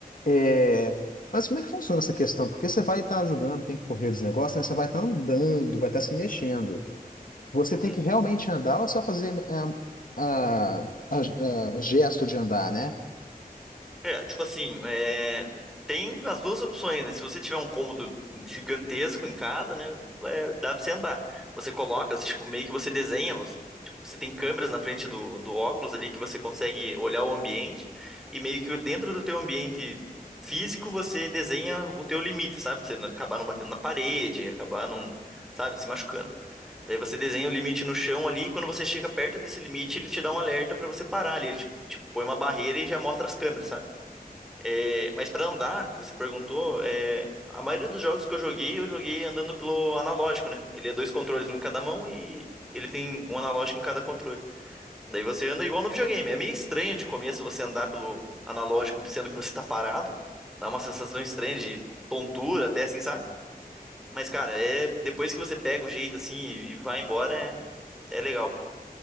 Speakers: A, on the left (about 60°); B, in the centre.
A: É, mas como é que funciona essa questão? Porque você vai estar jogando, tem que correr dos negócios, né? Você vai estar andando, vai estar se mexendo. Você
B: Uhum.
A: tem que realmente andar ou só fazer ah, ah, ah, o gesto de andar, né?
B: É, tipo assim, é, tem as duas opções, né? Se você tiver um cômodo gigantesco em casa, né? é, dá pra você andar. Você coloca, você, tipo, meio que você desenha, você, tipo, você tem câmeras na frente do, do óculos ali que você consegue olhar o ambiente e meio que dentro do teu ambiente físico você desenha o teu limite, sabe? Pra você não acabar não batendo na parede, acabar não, sabe, se machucando. Daí você desenha o limite no chão ali, e quando você chega perto desse limite, ele te dá um alerta pra você parar ali. Ele tipo, te põe uma barreira e já mostra as câmeras, sabe? É, mas pra andar, que você perguntou, é, a maioria dos jogos que eu joguei, eu joguei andando pelo analógico, né? Ele é dois controles, um em cada mão e ele tem um analógico em cada controle. Daí você anda igual no videogame. É meio estranho de começo você andar pelo analógico, sendo que você tá parado. Dá uma sensação estranha de tontura até, assim, sabe? Mas, cara, é depois que você pega o jeito assim e e vai embora, é, é legal. cara.